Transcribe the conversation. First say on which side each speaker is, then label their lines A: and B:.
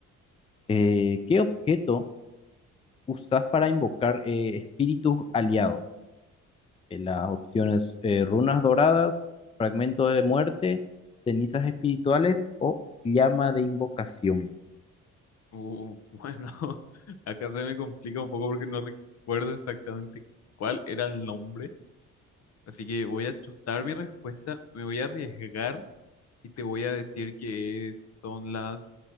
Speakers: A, on the left (about 20°); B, on the left (about 55°).
A: Eh, ¿qué objeto usas para invocar eh, espíritus aliados? Eh, las opciones eh, runas doradas, fragmento de muerte, cenizas espirituales o llama de invocación.
B: Uh, bueno, <laughs> acá se me complica un poco porque no recuerdo exactamente cuál era el nombre, así que voy a chutar mi respuesta, me voy a arriesgar y te voy a decir que es- son las